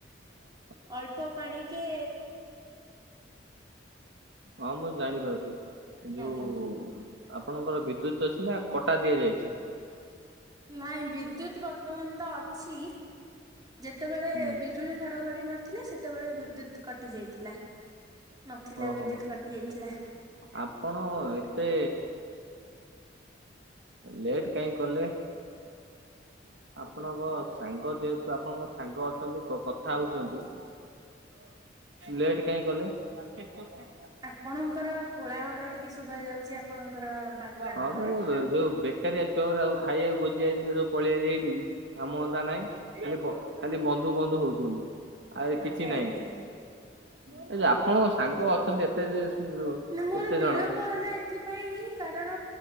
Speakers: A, on the right (about 70°); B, on the right (about 20°).
A: ହଁ <inaudible>
B: ଅଳ୍ପ ପାଣିି କେ
A: ହଁ ମୁଁ ଜାଣିପାରୁଚି ଯଉ
B: ଆଜ୍ଞା
A: ଆପଣଙ୍କର ବିଦ୍ୟୁତ୍ ଅଛି ନା କଟା ଦିଆଯାଇଛି?
B: ନାଇଁ ବିଦ୍ୟୁତ ବର୍ତ୍ତମାନ ତ ଅଛି। ଯେତେବେଳେ
A: ହୁଁ
B: ବିଜୁଳି ଘଡଘଡି ମାରିଥିଲେ ସେ ସେତେବେଳେ ବିଦ୍ୟୁତ କଟି ଯାଇଥିଲା ନଥିଲା
A: ଓହୋ
B: ବିଦ୍ୟୁତ କଟି ଯାଇଥିଲା।
A: ଆପଣ ଏତେ ଲେଟ୍ କାହିଁକି କଲେ। ଆପଣଙ୍କ ସାଙ୍ଗ ଯେହେତୁ ଆପଣଙ୍କ ସାଙ୍ଗ ଅଛନ୍ତି କଥା ହଉଛନ୍ତି। ଲେଟ୍ କାହିଁକି କଲେ। <inaudible>
B: ଆପଣଙ୍କର କୋଳାହଳ ଟିକେ ଶୁଭା ଯାଉଛି ଆପଣଙ୍କର ବାର୍ତ୍ତାଳାପରେ।
A: ହଁ ଯୋଉ ବେକାରିଆ ଛୁଆ ଗୁଡା ଖାଇବାକୁ ଭୋଜି ଯାଇଥିଲେ ସବୁ ପଳେଇଆ ଏଇଠିକି କାମ ଧନ୍ଧା ନାଇଁ ଖାଲି ଖାଲି ବନ୍ଧୁ ବନ୍ଧୁ ହଉଛନ୍ତି। ଆରେ କିଛି ନାଇଁ
B: ଆଜ୍ଞା
A: ହେଲେ ଆପଣଙ୍କ
B: ଆଜ୍ଞା
A: ସାଙ୍ଗ ଅଛନ୍ତି ଏ ଏତେ
B: ମୋର
A: କେତେ
B: ବିଳମ୍ବ
A: ଜଣ?
B: ହେଲା ଏଥିପାଇଁ କାରଣ